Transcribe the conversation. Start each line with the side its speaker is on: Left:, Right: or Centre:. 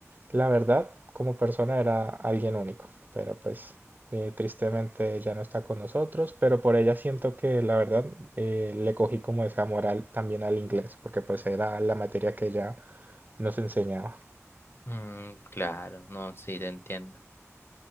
Right: la verdad, como persona era alguien único, pero pues eh, tristemente ya no está con nosotros, pero por ella siento que la verdad eh, le cogí como ese amor al- también al inglés, porque pues era la materia que ella nos enseñaba.
Left: Mm, claro, no, sí, te entiendo.